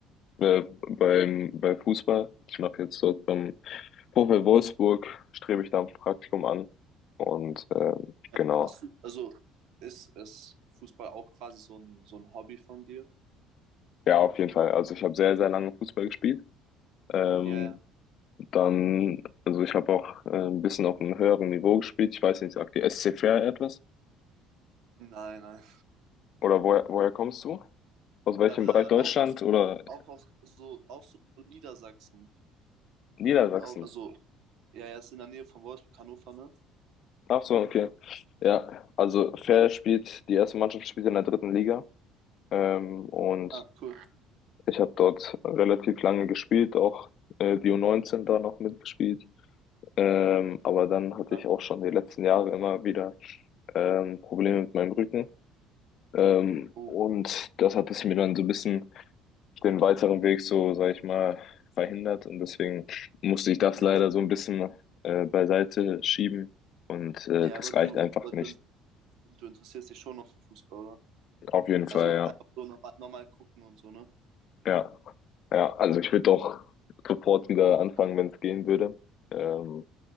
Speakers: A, on the left (about 50°); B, on the right (about 70°).
A: äh, beim, bei Fußball. Ich mache jetzt dort beim VfL Wolfsburg, strebe ich da ein Praktikum an und ähm,
B: Ähm,
A: genau.
B: machst du, also ist, ist Fußball auch quasi so ein, so ein Hobby von dir?
A: Ja, auf jeden Fall. Also ich habe sehr, sehr lange Fußball gespielt. Ähm,
B: Ja, ja.
A: dann, also ich habe auch äh, ein bisschen auf einem höheren Niveau gespielt. Ich weiß nicht, sagt die SC Fair etwas?
B: Nein, nein.
A: Oder woher, woher kommst du? Aus welchem
B: Äh,
A: Bereich Deutschland
B: auch aus,
A: oder
B: auch aus, so, auch so Niedersachsen.
A: Niedersachsen?
B: Au- also, ja, ja, ist in der Nähe von Wolfsburg, Hannover, ne?
A: Ach so, okay. Ja, also Fair spielt, die erste Mannschaft spielt in der dritten Liga. Ähm, und
B: Ah, cool.
A: ich habe dort relativ lange gespielt, auch äh, die U19 da noch mitgespielt. Ähm, aber dann hatte
B: Ja,
A: ich auch schon die letzten Jahre immer wieder ähm, Probleme mit meinem Rücken. Ähm,
B: cool.
A: und das hat es mir dann so ein bisschen den weiteren Weg so, sag ich mal, verhindert. Und deswegen musste ich das
B: Ja,
A: leider so ein bisschen äh, beiseite schieben. Und äh,
B: ja,
A: das
B: aber
A: reicht
B: du,
A: einfach
B: aber
A: nicht.
B: du, du interessierst dich schon noch für Fußball, oder?
A: Auf jeden Fall,
B: Also
A: ja.
B: einfach so nochmal nochmal gucken und so, ne?
A: Ja, ja. Also ich würde doch sofort wieder anfangen,
B: Ja,
A: wenn es gehen würde. Ähm,